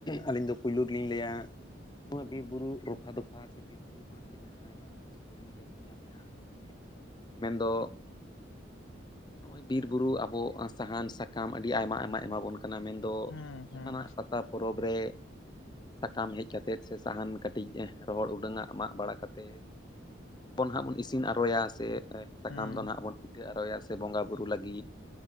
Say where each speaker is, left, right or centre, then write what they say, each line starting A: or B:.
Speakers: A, on the left; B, on the left.
A: ᱟᱹᱞᱤᱧ ᱫᱚ ᱯᱩᱭᱞᱩ ᱜᱮᱞᱤᱧ ᱞᱟᱹᱭᱟ ᱱᱚᱣᱟ ᱵᱤᱨ ᱵᱩᱨᱩ ᱨᱚᱯᱷᱟ ᱫᱚᱯᱷᱟ ᱥᱮ ᱵᱤᱨ ᱚᱱᱠᱟᱱᱟᱜ ᱪᱤᱱᱦᱟᱹ ᱟᱭᱢᱟ ᱟᱭᱢᱟ ᱥᱚᱦᱚᱡᱳᱜᱤᱛᱟ <unintelligible> ᱧᱟᱢᱮᱜᱼᱟ ᱢᱮᱱᱫᱚ, ᱱᱚᱜᱼᱚᱭ ᱵᱤᱨ ᱵᱩᱨᱩ ᱟᱵᱚ ᱥᱟᱦᱟᱱ ᱥᱟᱠᱟᱢ ᱟᱹᱰᱤ ᱟᱭᱢᱟ ᱟᱭᱢᱟ ᱮᱢᱟᱵᱚᱱ ᱠᱟᱱᱟ ᱢᱮᱱ ᱫᱚ
B: ᱦᱩᱸ
A: ᱡᱟᱸᱦᱟᱱᱟᱜ
B: ᱦᱩᱸ
A: ᱯᱟᱛᱟ ᱯᱚᱨᱚᱵᱽ ᱨᱮ ᱥᱟᱠᱟᱢ ᱦᱮᱡ ᱠᱟᱛᱮᱫ ᱥᱮ ᱥᱟᱦᱟᱱ ᱠᱟᱹᱴᱤᱜ ᱨᱚᱦᱚᱲ ᱩᱰᱟᱹᱝᱟᱜ ᱢᱟᱜ ᱵᱟᱲᱟ ᱠᱟᱛᱮᱫ ᱵᱚᱱ ᱱᱟᱦᱟᱜ ᱵᱚᱱ ᱤᱥᱤᱱ ᱟᱨᱚᱭᱟ ᱥᱮ ᱮ ᱥᱟᱠᱟᱢ
B: ᱦᱩᱸ
A: ᱫᱚ ᱱᱟᱜ ᱵᱚᱱ ᱯᱤᱴᱷᱟᱹ ᱟᱨᱚᱭᱟ ᱥᱮ ᱵᱚᱸᱜᱟ ᱵᱩᱨᱩ ᱞᱟᱹᱜᱤᱫ